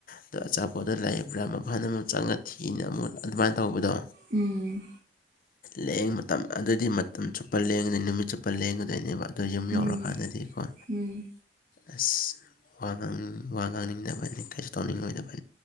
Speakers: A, on the left; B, on the right.
A: ꯑꯗꯣ ꯑꯆꯥꯄꯣꯠꯠꯇ ꯂꯥꯏꯌꯦꯕ꯭ꯔꯥ ꯑꯃ ꯐꯅ ꯑꯃꯛ ꯆꯪꯉ ꯊꯤꯅ ꯑꯃꯨꯛ ꯑꯗꯨꯃꯥꯏꯅ ꯇꯧꯕꯗꯣ
B: ꯎꯝ
A: ꯂꯦꯡ ꯃꯇꯝ ꯑꯗꯨꯗꯤ ꯃꯇꯝ ꯆꯨꯞꯄ ꯂꯦꯡꯒꯗꯣꯏ ꯅꯨꯃꯤꯠ ꯆꯨꯞꯄ ꯂꯦꯡꯒꯗꯣꯏꯅꯦꯕ ꯑꯗꯣ ꯌꯨꯝ ꯌꯧꯔꯀꯥꯟꯗꯗꯤꯀꯣ
B: ꯎꯝ ꯎꯝ
A: ꯑꯁ ꯋꯥ ꯉꯥꯡꯅꯤꯡ ꯋꯥ ꯉꯥꯡꯅꯤꯡꯗꯕꯅꯤ ꯀ ꯇꯧꯅꯤꯡꯗꯕ